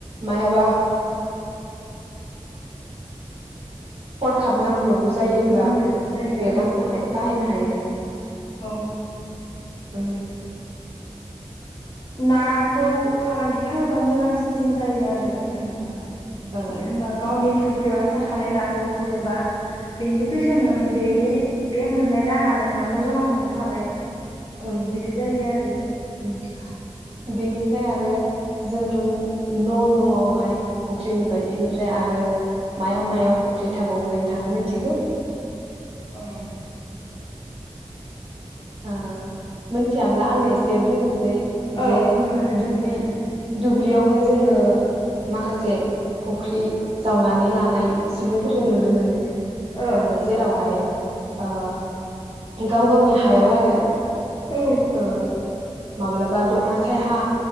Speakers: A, on the right; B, on the left.
A: मायाबा हरखाब नांब्रबगौ। जायोब्ला
B: औ नांग्रोगौ
A: बे
B: जायगा
A: रांखौहाय बाहायनो हायो।
B: द
A: औ
B: नाखौ फालांगि खालाम थाङोबा मोजांसिन जायो आरो बुंनो थाङोबा
A: ओं
B: मानो होनबा गावनि फुख्रियावनो थाखानाय नाखौ हरोबा बेनि फैसा न बेनि बे मोननाय राङा नोंनाव न' जमा थाफिनखाबाय
A: ओं
B: बिदि जायो आरो
A: उम बेनिफ्राय आरो जोंथ' न' न'आवहाय फुख्रि नुबाय बिनिफ्राय आरो मायाव मायाव फुख्रि थाबावो नों थाङा मिथिगौ?
B: औ
A: औ मिथिय अब्ला आङो एसे बुंनोसै
B: औ
A: जे
B: बुंना होदो
A: दुब्लि
B: देै नोंथांआनो
A: दुब्लियावबो जोङो माखासे फुख्रि जावनानै लानाय सुबुंफोरखौ नुनो मोनो।
B: औ
A: ओ जेरावहाय ओ गाव गावनि हायाव आरो
B: औ
A: उ माब्लाबा दंफां सायहा